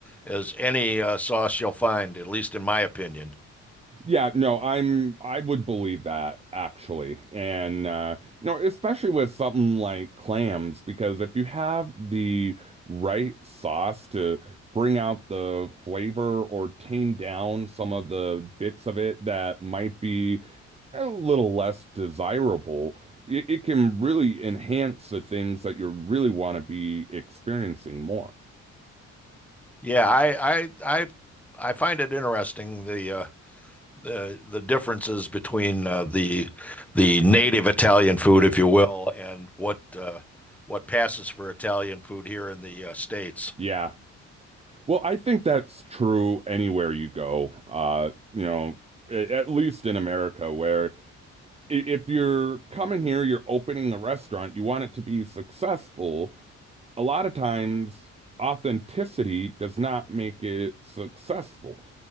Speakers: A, in the centre; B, on the right.
A: as any uh, sauce you'll find, at least in my opinion.
B: Yeah, no, I'm I would believe that actually. And uh you know, especially with something like clams because if you have the right sauce to bring out the flavor or tame down some of the bits of it that might be a little less desirable, it, it can really enhance the things that you really want to be experiencing more.
A: Yeah, I I I I find it interesting the uh, the the differences between uh, the the native Italian food, if you will, and what uh, what passes for Italian food here in the uh, States.
B: Yeah. Well, I think that's true anywhere you go. Uh, you know, a- at least in America, where i- if you're coming here, you're opening a restaurant, you want it to be successful. A lot of times, authenticity does not make it successful